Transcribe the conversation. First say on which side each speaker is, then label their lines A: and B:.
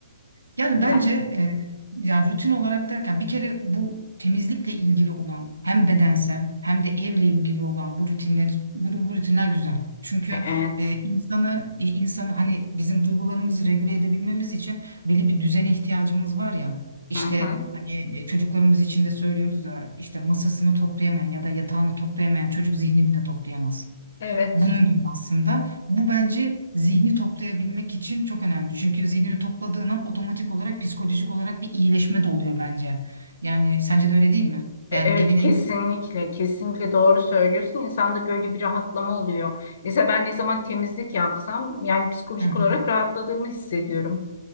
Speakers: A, on the right; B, on the left.
A: Yani
B: Ya,
A: bence e, yani rutin olarak derken bir kere bu temizlikle ilgili olan hem bedensel hem de evle ilgili olan bu rutinler bu, bu rutinler güzel. Çünkü
B: e, evet.
A: e, insanı e, insanı hani bizim duygularımızı regüle edebilmemiz için belli bir düzene ihtiyacımız var ya. İşte
B: Hı hı.
A: hani e, çocuklarımız için de söylüyoruz da işte masasını toplayamayan ya da yatağını toplayamayan çocuk zihnini de toplayamaz.
B: Evet.
A: Bunun gibi aslında. Bu bence zihni toplayabilmek için çok önemli. Çünkü zihnini topladığın an otomatik olarak psikolojik olarak bir iyileşme de oluyor bence. Yani sence de öyle değil mi? Yani
B: E, Evet
A: evinin
B: kesinlikle kesinlikle doğru söylüyorsun. İnsanda böyle bir rahatlama oluyor. Mesela ben ne zaman temizlik yapsam yani psikolojik
A: Hı.
B: olarak rahatladığımı hissediyorum.